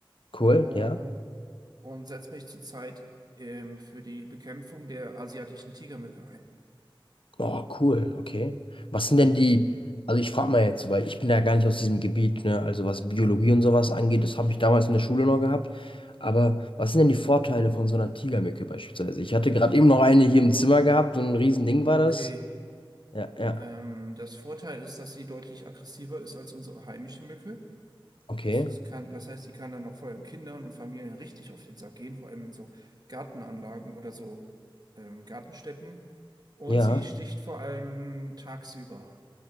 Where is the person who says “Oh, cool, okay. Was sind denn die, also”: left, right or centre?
Left